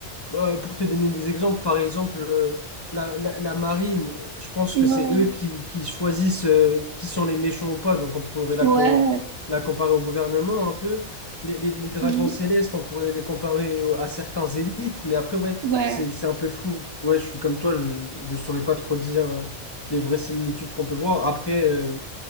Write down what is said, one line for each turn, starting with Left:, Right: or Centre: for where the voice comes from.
Left: bah, pour te donner des exemples, par exemple, euh, la, la, la marine, je pense
Right: Mhm.
Left: que c'est eux qui, qui choisissent euh, qui sont les méchants ou pas. Donc on pourrait la,
Right: Ouais,
Left: com-
Right: ouais.
Left: la comparer au gouvernement un peu. Les, les, les dragons
Right: Mhm.
Left: célestes, on pourrait les comparer au- à certains élites. Mais après, ouais,
Right: Ouais,
Left: c'est, c'est un peu flou. Ouais, je suis comme toi, je ne saurais pas trop dire euh, les vraies similitudes qu'on peut voir. Après, euh,